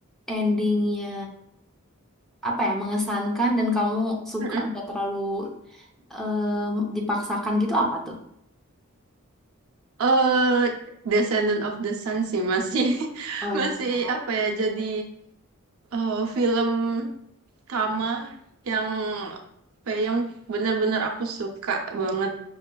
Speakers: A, in the centre; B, on the right.
A: endingnya apa ya mengesankan dan kamu suka
B: <laughs>
A: nggak terlalu em, dipaksakan gitu apa tuh?
B: eh Descendant of the Sun sih masih <laughs>
A: Oh iya.
B: masih apa ya jadi eh, film Kama yang apa ya, yang benar-benar aku suka banget.